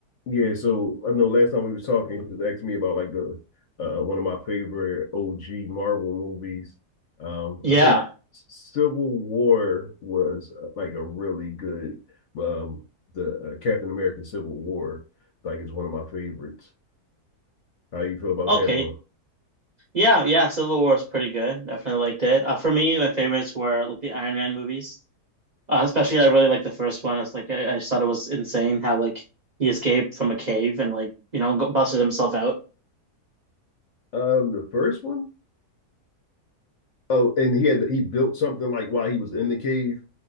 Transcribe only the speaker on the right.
Yeah.
Okay.
Yeah. Yeah. Civil War is pretty good. Definitely liked it. Uh, for me, my favorites were like the Iron Man movies. Uh, especially, I really liked the first one. It's like I, I just thought it was insane how like he escaped from a cave and like you know go- busted himself out.